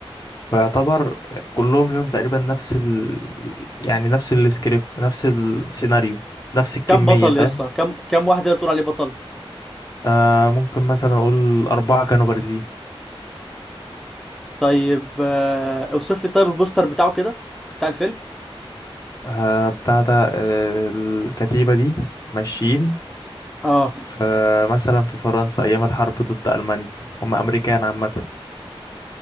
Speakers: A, on the left (about 35°); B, in the centre.
A: فيعتبر كلهم ليهم تقريبا نفس ال... يعني نفس السكريبت نفس السيناريو نفس الكمية
B: كم بطل
A: فاهم
B: يا اسطى كم كم واحد يقدر تقول عليه بطل
A: آه ممكن مثلا أقول أربعة كانوا بارزين
B: طيب آه اوصف لي طيب البوستر بتاعه كده بتاع الفيلم
A: آه بتاع ده آه الكتيبة دي ماشيين
B: اه
A: في مثلا في فرنسا أيام الحرب ضد ألمانيا هم أمريكان عامة